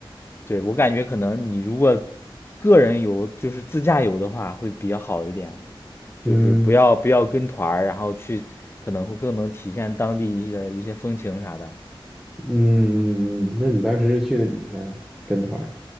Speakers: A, on the left; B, in the centre.
A: 对，我感觉可能你如果个人游，就是自驾游的话，会比较好一点，就是不要不要跟团儿，
B: 嗯
A: 然后去可能会更能体现当地一些一些风情啥的。
B: 嗯嗯嗯，那你当时是去了几天跟团儿